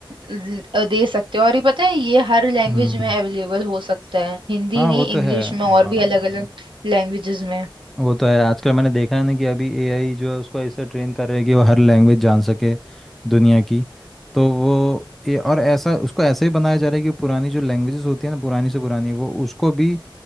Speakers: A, on the right; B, in the centre.
A: ल- दे सकते हो और ये पता है ये हर लैंग्वेज
B: हम्म
A: में अवेलेबल हो सकता है हिंदी
B: हाँ
A: नहीं
B: वो तो
A: इंग्लिश
B: है
A: में
B: हाँ
A: और भी अलग
B: नहीं
A: अलग लैंग्वेजेस में
B: वो तो है आजकल मैंने देखा है ना कि अभी एआई जो है उसको ऐसा ट्रेन कर रहे हैं कि वो हर लैंग्वेज जान सके दुनिया की तो वो ये और ऐसा उसको ऐसा ही बनाया जा रहा है कि पुरानी जो लैंग्वेजेस होती है ना पुरानी से पुरानी वो उसको भी